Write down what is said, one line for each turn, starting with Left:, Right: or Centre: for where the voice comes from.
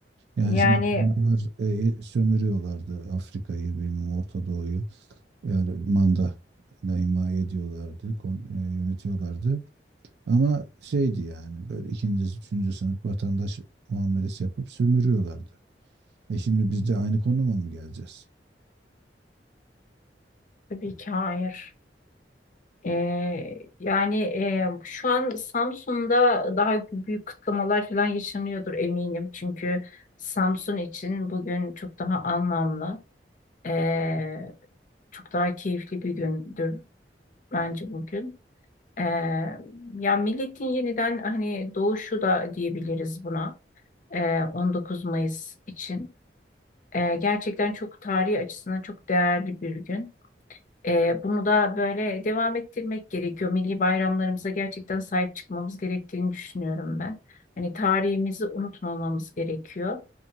Right: Yani
Left: Yani
Right: şimdi bunlar e, e, sömürüyorlardı Afrika'yı, bilmem Orta Doğu'yu. Yani manda ima ediyorlardı, kon- e, yönetiyorlardı. Ama şeydi yani böyle ikinci, üçüncü sınıf vatandaş muamelesi yapıp sömürüyorlardı. E şimdi biz de aynı konuma mı geleceğiz?
Left: Tabii ki hayır. Ee, yani e, şu an Samsun'da daha büyük kıtlamalar falan yaşanıyordur eminim. Çünkü Samsun için bugün çok daha anlamlı, ee, çok daha keyifli bir gündür bence bugün. Ee, ya milletin yeniden hani doğuşu da diyebiliriz buna. Ee, 19 Mayıs için. Ee, gerçekten çok tarihi açısından çok değerli bir gün. Ee, bunu da böyle devam ettirmek gerekiyor. Milli bayramlarımıza gerçekten sahip çıkmamız gerektiğini düşünüyorum ben. Hani tarihimizi unutmamamız gerekiyor.